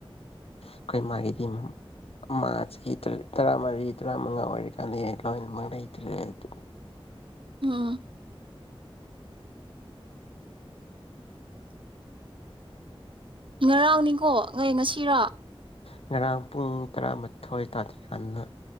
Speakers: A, on the left; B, on the right.
A: ꯑꯩꯈꯣꯏ ꯃꯥꯒꯤꯗꯤ ꯃꯥ ꯆꯍꯤ ꯇꯔꯥꯃꯔꯤ ꯇꯔꯥꯃꯉꯥ ꯑꯣꯏꯔꯤꯀꯥꯟꯗ ꯂꯣꯏꯅꯃꯛ ꯂꯩꯇ꯭ꯔꯦ ꯑꯗꯨ
B: ꯑꯝ ꯉꯔꯥꯡꯅꯤꯀꯣ ꯉꯣꯏ ꯉꯁꯤꯔꯥ
A: ꯉꯔꯥꯡ ꯄꯨꯡ ꯇꯔꯥꯃꯊꯣꯏ ꯇꯥꯗ ꯌꯥꯝꯥꯟꯅ